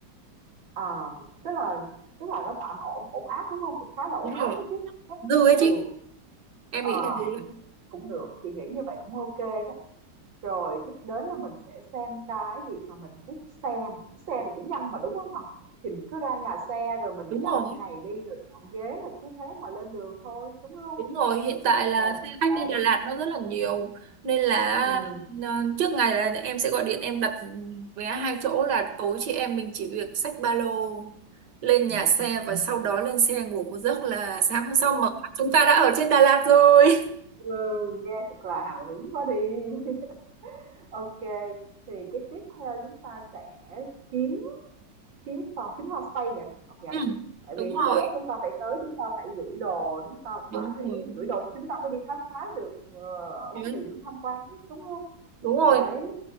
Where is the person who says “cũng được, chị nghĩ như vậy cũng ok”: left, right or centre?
Right